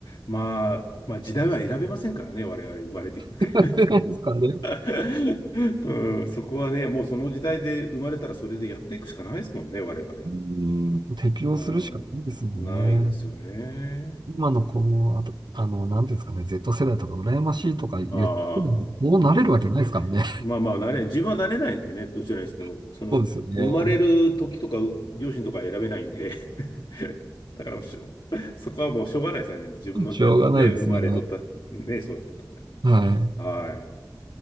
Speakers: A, on the left; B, on the right.
A: まあ、まあ時代は選べませんからね、我々生まれてきて。
B: ですからね
A: <laughs> うん、そこはね、もうその時代で生まれたらそれでやっていくしかないですもんね、我々は。
B: うん、適応するしかないですもんね。
A: うん、ないですよね。
B: 今のこの、あと、あの、なんていうんですかね、Z 世代とか羨ましいとか言っても、
A: ああ、
B: もう慣れるわけないですからね。
A: うん。まあまあ、慣れ、自分は慣れないんでね、どちらにしても、
B: <laughs>
A: その、
B: そうですよね。
A: 生まれる時とか、う両親とか選べないんで、<laughs> だからしょそこはもうしょうがないですね、でも自分のね、
B: <laughs> しょうがないですね。
A: 生まれとった、ね、そうだったとこ
B: はい。
A: ろ。はい。